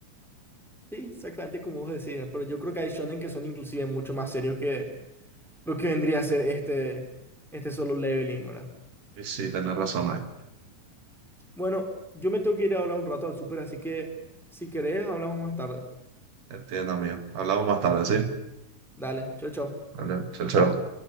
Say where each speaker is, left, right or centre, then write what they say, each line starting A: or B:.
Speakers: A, in the centre; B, on the right.
A: Sí, exactamente como vos decías, pero yo creo que hay shonen que son inclusive mucho más serios que lo que vendría a ser este, este Solo Leveling, ¿verdad?
B: Y sí, tenés razón ahí.
A: Bueno, yo me tengo que ir a hablar un rato al súper, así que si querés, hablamos más tarde.
B: Entiendo, amigo. Hablamos más tarde, ¿sí?
A: Dale, chao, chao.
B: Vale, chao, chao.